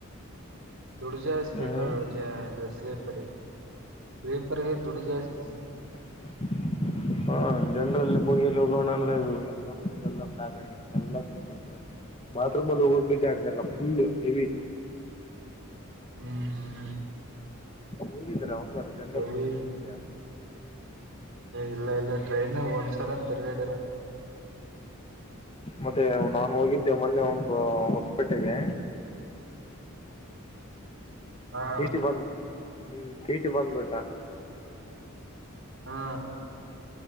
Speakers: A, on the right; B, on the left.
A: ದುಡ್ಡು ಜಾಸ್ತಿ
B: ಹ್ಮ್
A: ಅದು ಜಾ ಅದ ಸ್ಲೀಪರ್ಗೆ <inaudible> ಸ್ಲೀಪರ್ಗೆ ದುಡ್ಡು ಜಾಸ್ತಿ ಅ
B: <unintelligible> ಹಾ ಜನರಲ್ಲಿ ಬೋಗಿಲಿ ಹೋಗೋಣ ಅಂದ್ರೆ ಎಲ್ಲ ಫುಲ್ ಎಲ್ಲ ಫ್ಯಾಕ್ ಆಗಿತ್ತೆ ಎಲ್ಲಾ ಕುತ್ಬಿಡ್ತಾರೆ. ಬಾತ್ರೂಮಲಿ ಹೋಗೋಕೆ ಜಾಗ ಇರಲ್ಲ ಫುಲ್ ಹೆವಿ.
A: ಹ್ಮ್
B: ಹೋಗಿದ್ದೀರಾ ಒಂದ್ಾರ ಜನರಲ್
A: ಎವಿ
B: ಹೋಗಿದ ಹೋಗಿದ್ಯಾಾ
A: ಇಲ್ಲ ಇಲ್ಲ ಟ್ರೈನು ಒಂದ್ಸರ ಅಂತ ತಿರ್ಗೇಡಿಿಲ್ಲ
B: ಮತ್ತೆ ನಾನು ಹೋಗಿದ್ದೆ ಮೊನ್ನೆ ಒಂದು ಹೊಸಪೇಟೆಗೆ
A: ಹಾ
B: ಿ ಬಂದ ಹ್ಮ್ ಟೀಟಿ ಬಂದ್ಬಿಟಾ
A: ಹಾ